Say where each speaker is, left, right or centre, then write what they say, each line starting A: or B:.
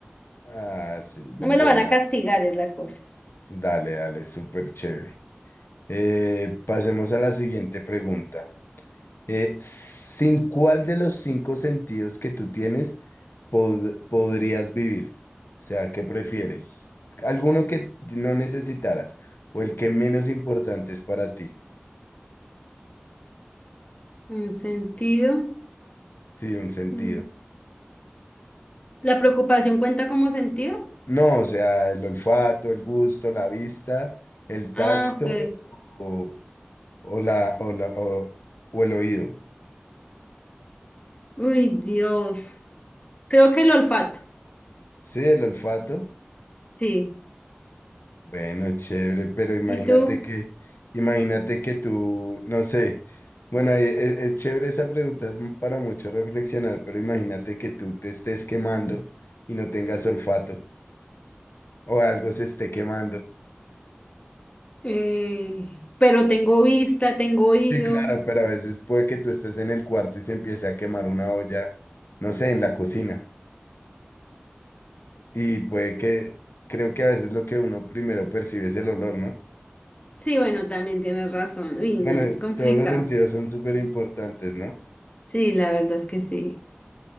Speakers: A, on the left; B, on the left.
A: Ah, sí. Bueno,
B: No me lo van a castigar, es la cosa.
A: dale, dale, súper chévere. Eh, pasemos a la siguiente pregunta. Eh, ¿sin cuál de los cinco sentidos que tú tienes pod- podrías vivir? O sea, ¿qué prefieres? ¿Alguno que no necesitaras o el que menos importante es para ti?
B: Un sentido.
A: Sí, un sentido.
B: mm. ¿La preocupación cuenta como sentido?
A: No, o sea, el olfato, el gusto, la vista, el
B: Ah,
A: tacto
B: ok.
A: o, o la, o, la- o o el oído.
B: Uy, Dios. Creo que el olfato,
A: Sí, el olfato.
B: sí.
A: Bueno, chévere, pero imagínate
B: ¿Y tú?
A: que, imagínate que tú, no sé, bueno, e- e- es, chévere esa pregunta, es m- para mucho reflexionar, pero imagínate que tú te estés quemando y no tengas olfato o algo se esté quemando.
B: Eh, pero tengo vista, tengo oído.
A: Sí, claro, pero a veces puede que tú estés en el cuarto y se empiece a quemar una olla, no sé, en la cocina. Y puede que, creo que a veces lo que uno primero percibe es el olor, ¿no?
B: Sí, bueno, también tienes razón. Uy, no,
A: Bueno,
B: es complicado.
A: todos los sentidos son súper importantes, ¿no?
B: Sí, la verdad es que sí.